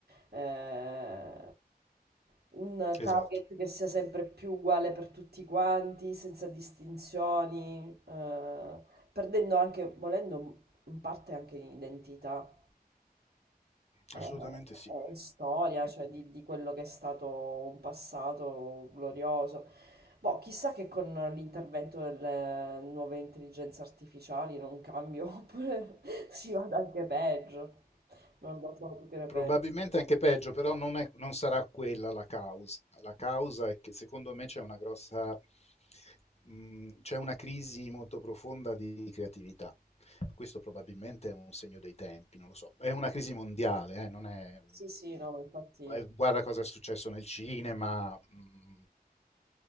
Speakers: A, on the right; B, on the left.
A: eh, un
B: Esatto,
A: target che sia sempre più uguale per tutti quanti, senza distinzioni. eh, perdendo anche, volendo, in parte anche di identità e,
B: assolutamente sì.
A: e storia, cioè di, di quello che è stato un passato glorioso. Boh, chissà che con l'intervento delle nuove intelligenze artificiali non cambio, <laughs> oppure si vada anche peggio. Non lo so, tu che ne
B: Probabilmente
A: pensi?
B: anche peggio, però non, è- non sarà quella la causa. La causa è che secondo me c'è una grossa, mh, c'è una crisi molto profonda di creatività. Questo probabilmente è un segno dei tempi, non lo so. È una crisi mondiale, eh, non è...
A: Sì, sì, no, ma infatti...
B: eh, Guarda cosa è successo nel cinema. mh,